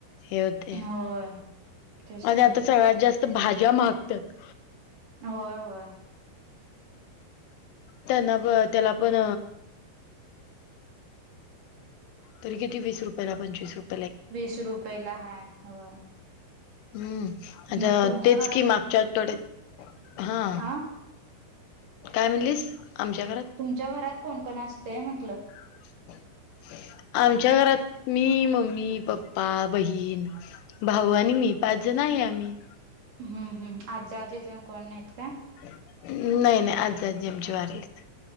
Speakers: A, on the left (about 85°); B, on the right (about 50°).
A: हे होते.
B: होय तेच
A: आणि
B: की
A: आता सगळ्यात जास्त भाज्या महागत्यात.
B: होय होय.
A: त्यांना त्याला पण तर किती वीस रुपयाला पंचवीस रुप
B: वीस रुपये ला हाय. होय.
A: हम्म. आता
B: मग तुमच्या
A: तेच
B: घरात
A: कि मागच्या आठवडे्यात हा.
B: आ
A: काय म्हणलीस? आमच्या घरात
B: तुमच्या घरात कोण कोण असतंय? म्हंटलं.
A: <inaudible> आमच्या घरात मी, मम्मी, पप्पा, बहीण भाऊ आणि मी पाच जण आहे आम्ही.
B: हम्म हम्म. आज आजी आजय तेन कोण नाहीत काय?
A: नाही नाही. आजीआजा आमचे वारलेत.